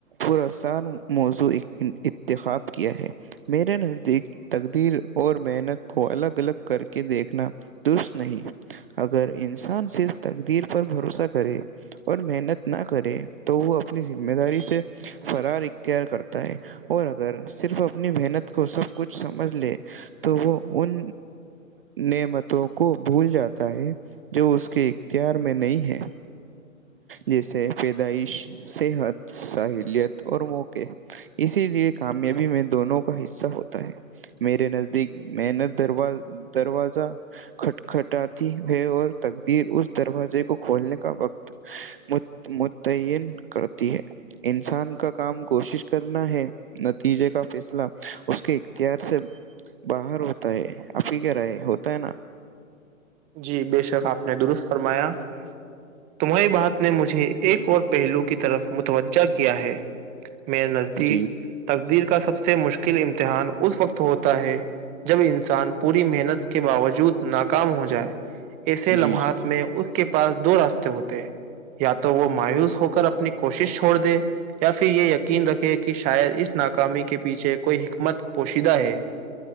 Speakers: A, on the right; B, on the right.
A: پوراسان موزوع انتخاب کیا ہے میرے نزدیک تقدیر اور محنت کو الگ الگ کر کے دیکھنا درست نہیں اگر انسان صرف تقدیر پر بھروسہ کرے اور محنت نہ کرے تو وہ اپنی ذمہ داری سے فرار اختیار کرتا ہے اور اگر صرف اپنی محنت کو سب کچھ سمجھ لے تو وہ ان نعمتوں کو بھول جاتا ہے جو اس کے اختیار میں نہیں ہے جیسے پیدائش صحت ساحلیت اور موق اسی لیے کامیابی میں دونوں کا حصہ ہوتا ہے میرے نزدیک میں نےت درو دروازہ کھٹکھٹاتی ہے اور تقدیر اس دروازے کو کھولنے کا وقت متعین کرتی ہے انسان کا کام کوشش کرنا ہے نتیجے کا فیصلہ اس کے اختیار سے باہر ہوتا ہے عی کیا ر ہے ہوتا ہے نا
B: جی بے شک آپ نے درست فرمایا تمہاری بات نے مجھے ایک اور پہلو کی طرف متوجہ کیا ہے میر نزدیک
A: جی
B: تقدیر کا سب سے مشکل امتحان اس وقت ہوتا ہے جب انسان پوری محنت کے باوجود ناکام ہو ج جائے ایسے
A: جی
B: لمحات
A: جی
B: میں اس کے پاس دو راستے ہوتے ہیں یا تو وہ مایوس ہو کر اپنی کوشش چھوڑ دے یا پھر یہ یقین رکھے کہ شاید اس ناکامی کے پیچھے کوئی حکمت پوشیدہ ہے